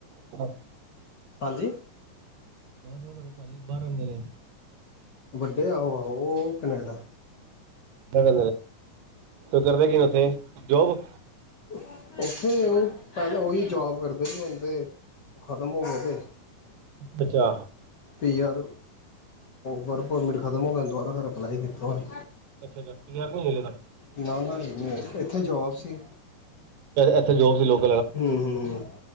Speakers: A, on the right (about 85°); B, on the left (about 45°).
A: <unintelligible>
B: ਹਾਂਜੀ
A: ਬਾਹਰ ਰਹਿੰਦੇ ਨੇ ਜੀ
B: ਵੱਡੇ ਆ ਉਹ ਆਹੋ ਉਹ ਕਨੇਡਾ
A: ਦਰ ਤੂੰ ਕਰਦਾ ਕੀ ਉੱਥੇ? ਜੋਬ?
B: ਉੱਥੇ ਉਹ ਪਹਿਲਾਂ ਹੀ ਜਾਬ ਕਰਦੇ ਸੀ ਹੁਣ ਤੇ ਖਤਮ ਹੋ ਗਿਆ ਦੇ
A: ਅੱਛਾ,
B: ਯਾਰ ਵਰਕ ਪਰਮਿਟ ਖਤਮ ਹੋ ਗਿਆ ਦੁਬਾਰਾ ਫੇਰ ਅਪਲਾਈ ਕੀਤਾ ਹੋਇਆ।
A: ਅੱਛਾ-ਅੱਛਾ ਪੀਆਰ ਨਹੀਂ ਹੈਗੇ ਹਜੇ।
B: ਨਾ ਨਾ ਇਹ ਇੱਥੇ ਜੋਬ ਸੀ।
A: ਇੱਥੇ ਜੋਬ ਸੀ ਲੋਕ,
B: ਹੂੰ-ਹੂੰ,